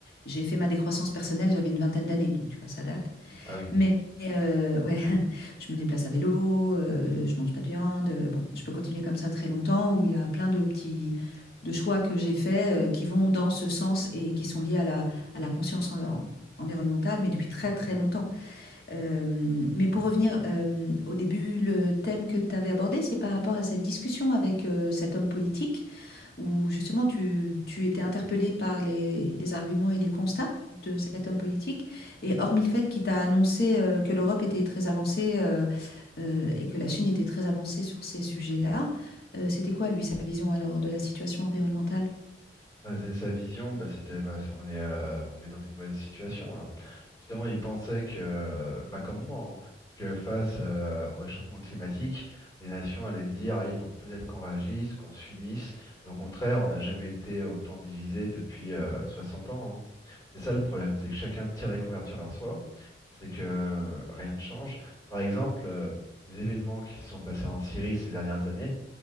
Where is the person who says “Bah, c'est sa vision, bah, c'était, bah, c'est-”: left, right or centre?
Left